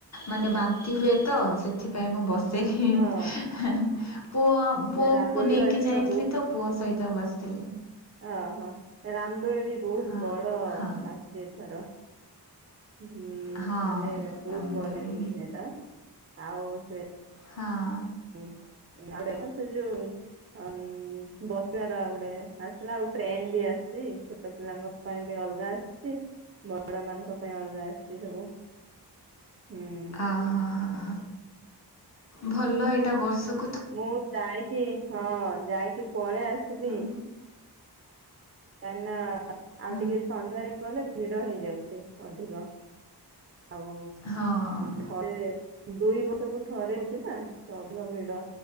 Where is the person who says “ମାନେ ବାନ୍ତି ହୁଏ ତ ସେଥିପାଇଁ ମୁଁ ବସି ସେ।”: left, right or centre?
Left